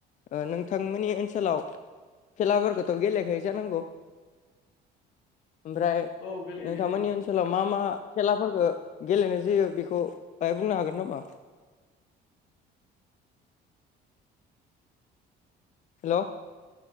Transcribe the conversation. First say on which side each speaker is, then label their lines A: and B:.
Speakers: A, on the left; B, on the left.
A: ओ नोंथांमोननि ओनसोलाव खेला फोरखौथ' गेलेखायो जानांगौ ओमफ्राय
B: औ गेलेयो
A: नोंथां
B: गेलेयो
A: मोननि ओनस ओनसोलाव मा मा खेलाफोरखो गेलेनाय जायो। बेखौ बाहाय बुंनो हागोन नामा? हेल'